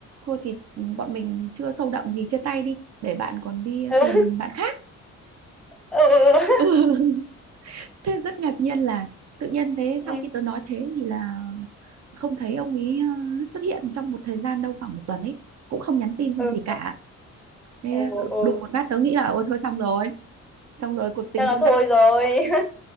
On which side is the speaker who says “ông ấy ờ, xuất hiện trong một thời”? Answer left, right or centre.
Right